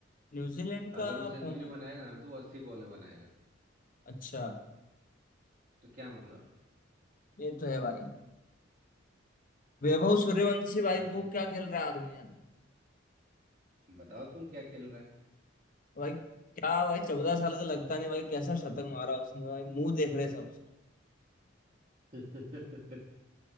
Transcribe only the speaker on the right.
अगर वो सेंचुरी
बनाएगा ना तो वो अस्सी बॉल में बनाएगा
तो क्या मतलब है?
हालांकि
बताओ तुम क्या खेल रहा है
<laughs>